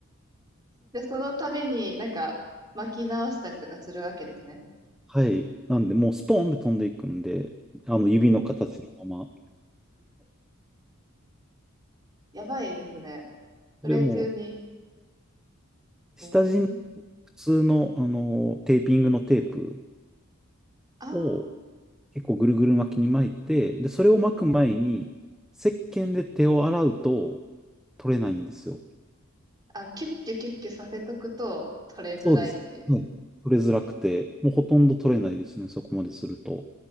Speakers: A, on the right; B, in the centre.
A: で、その度になんか巻き直したりとかするわけですね。
B: はい。なんで、もうスポーンで飛んでいくんで、あの指の形のまま。
A: うん。やばいですね。プレイ中に。
B: それも、下地に
A: えー、
B: 普通の、あの、テーピングのテープ
A: あー、
B: を結構ぐるぐる巻きに巻いて、で、それを巻く前に、石鹸で手を洗うと取れないんですよ。
A: あ、キュッキュキュッキュさせとくと取れづらいっていう。
B: そうです。うん。取れづらくて、もうほとんど取れないですね、そこまですると。